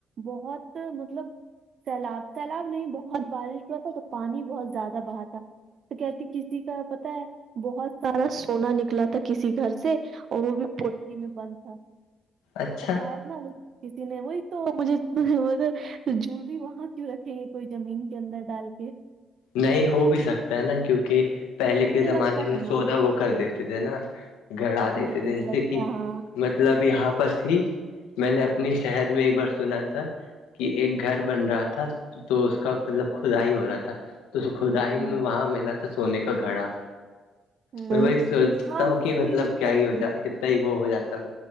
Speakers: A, on the right; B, on the left.
A: بہت مطلب سیلاب سیلاب نہیں بہت بارش ہوا تھا تو پانی بہت زیادہ بہا تھا سکیتی کسی کا پتا ہے بہت سارا سونا نکلا تھا کسی گھر سے اور وہ بھی پوٹلی میں بند تھا
B: اچھا
A: تو شاید نہ کسی نے وہی تو مجھے ما تو جوول بھی وہاں کیوں رکھیں گے کوئی زمین کے اندر ڈال کے
B: نہیں ہو بھی سکتا ہے نا کیونکہ پہلے کے
A: مجھے
B: زمانے
A: لگتا ہے
B: میں
A: ہاں
B: سونا وہ کر دیتے تھے نا گڑا دیتے
A: مجھے
B: تھے
A: بھی
B: جیسے
A: لگتا
B: کہ
A: ہے ہاں
B: مطلب یہاں پرس ہی میں نے اپنے شہر میں ایک بار سنا تھا کہ ایک گھر بن رہا تھا تو اس کا مطلب کدا ہی ہو رہا تھا تو خدائین
A: ہوں
B: وہاں ملا تھا سونے کا گھڑا
A: ہوں
B: میں وہی سوچتا
A: ہاں
B: ہوں
A: مجھے
B: کہ مطلب
A: بھی لگتا
B: کیا ہی
A: ہے
B: ہو
A: ہاں
B: جاتا کتنا ہی وہ ہو جاتا ہے